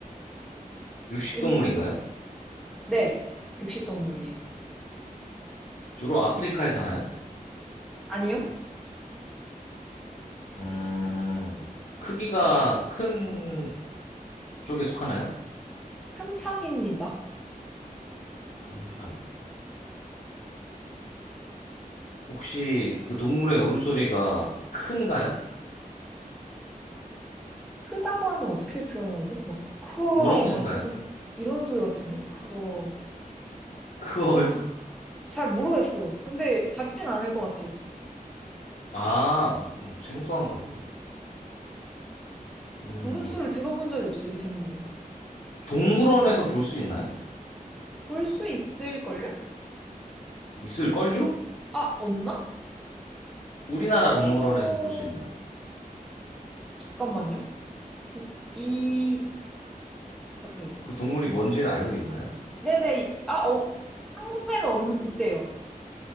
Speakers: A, on the left; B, in the centre.
A: 육식
B: 질문해줘.
A: 동물인가요?
B: 네 육식동물이에요.
A: 주로 아프리카에 사나요?
B: 아니요?
A: 음, 크기가 큰 쪽에 속하나요?
B: 큰 편입니다.
A: 큰 편. 혹시 그 동물의 울음소리가 큰가요?
B: 크다고 하면 어떻게 표현하죠? 막, 크어,
A: 우렁찬가요?
B: 막 이런,
A: 좀
B: 이런 소리 같은데? 크어.
A: 크어요? <laughs>
B: 잘 모르겠어요. 근데 작진 않을 것 같아요.
A: 아, 음, 생소한가 보네. 음,
B: 울음소리 들어본 적이 없어요, 이 동물에.
A: 동물원에서 볼 수 있나요?
B: 볼 수 있을걸요?
A: 있을걸요?
B: 아, 없나?
A: 우리나라
B: 어,
A: 동물원에서 볼 수 있나요?
B: 잠깐만요. 이, 저기.
A: 그 동물이 뭔지는 알고 있나요?
B: 네네. 이- 아, 어, 한국에는 없, 없대요.